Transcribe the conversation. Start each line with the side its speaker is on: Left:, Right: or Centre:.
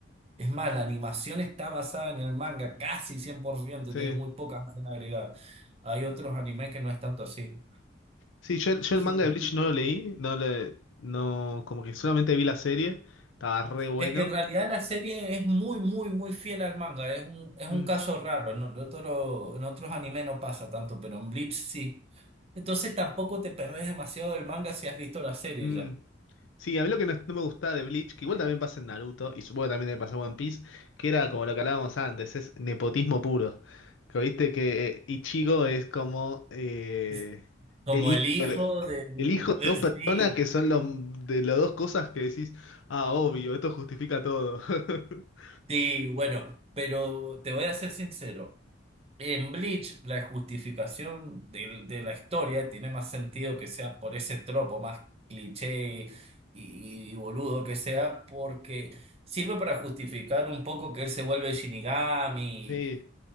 Right: Es más, la animación está basada en el manga casi cien por ciento
Left: sí,
Right: tiene muy pocas escenas agregadas. Hay otros animes que no es tanto así.
Left: sí, yo, yo
Right: Y
Left: el manga
Right: el,
Left: de Bleach no lo leí, no le, no, como que solamente vi la serie, estaba re bueno.
Right: Es que en realidad la serie es muy, muy, muy fiel al manga. Es un, es un
Left: Mm.
Right: caso raro. ¿no? En, otro- en otros animes no pasa tanto, pero en Bleach sí. Entonces tampoco te perdés demasiado del manga si has visto la serie
Left: Mm.
Right: ya.
Left: Sí, a mí lo que no, no me gustaba de Bleach, que igual también pasa en Naruto, y supongo que también le pasó en One Piece, que era como lo que hablábamos antes, es nepotismo puro. Que viste que eh, Ichigo es como eh,
Right: Es Como
Left: el hijo
Right: el hijo
Left: de,
Right: del,
Left: el hijo
Right: del-
Left: de dos personas
Right: Sí,
Left: que son los, de las dos cosas que decís, ah, obvio, esto justifica todo. <laughs>
Right: sí, bueno, pero te voy a ser sincero. En Bleach, la justificación del- de, la historia tiene más sentido que sea por ese tropo más cliché y, y boludo que sea, porque sirve para justificar un poco que él se vuelve Shinigami.
Left: Sí.